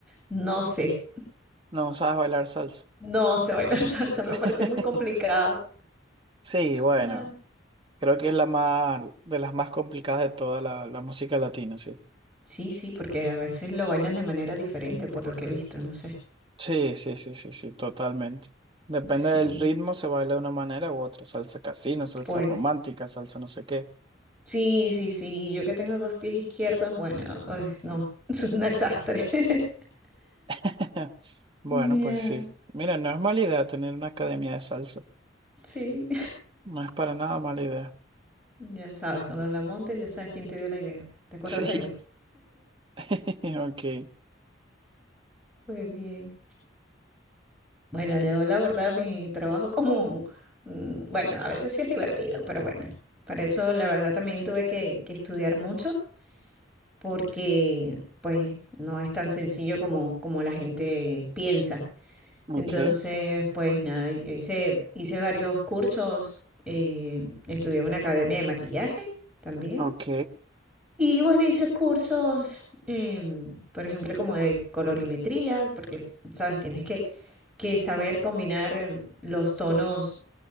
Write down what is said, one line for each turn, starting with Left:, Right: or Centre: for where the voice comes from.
Centre: no sé,
Right: No sabes bailar salsa.
Centre: no sé bailar <laughs> salsa, me
Right: <laughs>
Centre: parece muy complicado.
Right: Sí, bueno,
Centre: Claro.
Right: creo que es la más, de las más complicadas de toda la, la música latina, sí.
Centre: Sí, sí, porque a veces lo bailan de manera diferente, por lo que he visto, no sé.
Right: Sí, sí, sí, sí, sí, totalmente. Depende
Centre: Sí,
Right: del ritmo, se baila de una manera u otra. Salsa casino, salsa
Centre: pues
Right: romántica, salsa no sé qué.
Centre: sí, sí, sí, y yo que tengo dos pies izquierdos, bueno, pues, no, <laughs> es un desastre. <laughs>
Right: <laughs> Bueno,
Centre: Ya,
Right: pues sí. Mira, no es mala idea tener una academia de salsa.
Centre: Sí.
Right: No es para nada mala idea.
Centre: Ya sabes, cuando la montes ya sabes quién te dio la idea. ¿Te acuerdas
Right: Sí.
Centre: de mí?
Right: <laughs> Ok,
Centre: Pues bien. Bueno, yo la verdad mi trabajo como, mm, bueno, a veces sí es divertido, pero bueno, para eso la verdad también tuve que, que estudiar mucho porque pues no es tan sencillo como, como la gente piensa.
Right: ok,
Centre: Entonces, pues nada, yo hice, hice varios cursos, eh, estudié en una academia de maquillaje también.
Right: ok.
Centre: Y bueno, hice cursos, em, por ejemplo, como de colorimetría, porque, sabes, tienes que, que saber combinar eh, los tonos,